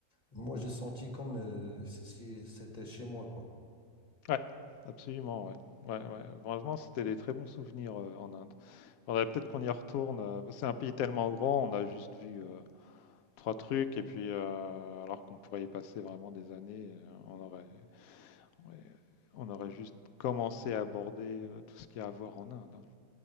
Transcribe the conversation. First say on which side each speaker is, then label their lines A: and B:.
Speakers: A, on the left; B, on the left.
A: moi
B: Mhm.
A: j'ai senti comme euh, si si c'était chez moi, quoi.
B: Ouais, absolument. Ouais. Ouais, ouais. Vraiment, c'était des très bons souvenirs euh, en Inde. Faudrait peut-être qu'on y retourne. euh, c'est un pays tellement grand, on a juste vu euh, trois trucs, et puis euh, alors qu'on pourrait y passer vraiment des années, euh, on aurait, ouais, on aurait juste commencé à aborder euh, tout ce qu'il y a à voir en Inde.